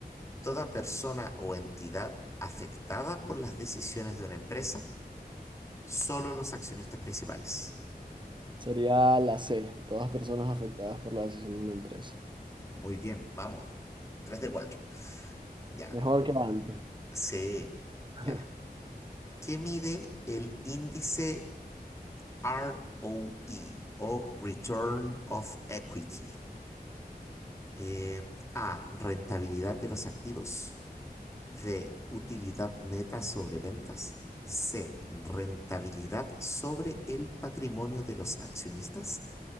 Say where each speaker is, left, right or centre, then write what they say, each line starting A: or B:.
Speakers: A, on the left; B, on the right.
A: toda persona o entidad afectada por las decisiones de una empresa Solo los accionistas principales.
B: Sería la C, todas personas afectadas por la decisión de una empresa.
A: Muy bien, vamos. 3 de 4. Ya.
B: Mejor que antes.
A: Sí,
B: <laughs>
A: ya. ¿Qué mide el índice ROE o E o Return of Equity? Eh, A. Rentabilidad de los activos. B. Utilidad neta sobre ventas. C. Rentabilidad sobre el patrimonio de los accionistas.